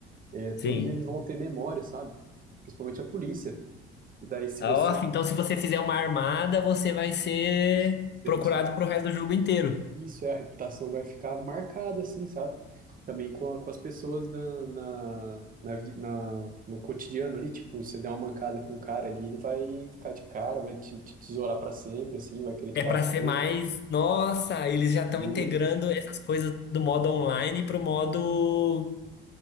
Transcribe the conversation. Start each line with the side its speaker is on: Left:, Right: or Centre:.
Right: é, todos
Left: Sim.
Right: eles vão ter memória, sabe? Principalmente a polícia. E daí, se
Left: Ah,
Right: você.
Left: ó, então, se você fizer uma armada, você vai ser
Right: Isso, se
Left: procurado
Right: você-
Left: pro resto do jogo inteiro.
Right: isso é, a reputação vai ficar marcada, assim, sabe? também com, a- com as pessoas na, na, na, vi- na- no cotidiano ali, tipo, você der uma mancada com o cara ali, ele vai ficar de cara, vai te, te tesourar pra sempre, assim, vai querer te
Left: É
Right: bater
Left: pra ser mais. Nossa, eles já estão
Right: muito.
Left: integrando essas coisas do modo online pro modo.